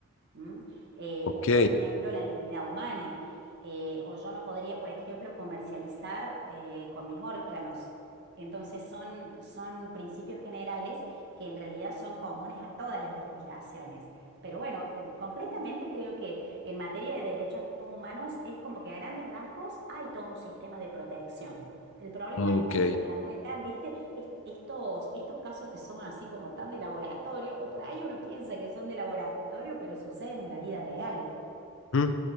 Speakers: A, on the right; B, on the left.
A: ¿m? Eh,
B: Ok,
A: o, por ejemplo, la dignidad humana. Eh, o yo no podría, por ejemplo, comercializar eh, con mis órganos. Entonces son, son principios generales que en realidad son comunes a todas las legislaciones. Pero bueno, eh, concretamente creo que en materia de derechos humanos es como que a grandes rasgos hay todo un sistema de protección. El problema
B: ok.
A: es cuando se plantean, ¿viste? Est- estos, estos casos que son así como tan de laboratorio, o por ahí uno piensa que son de laboratorio, pero suceden en la vida real.
B: ¿Mm?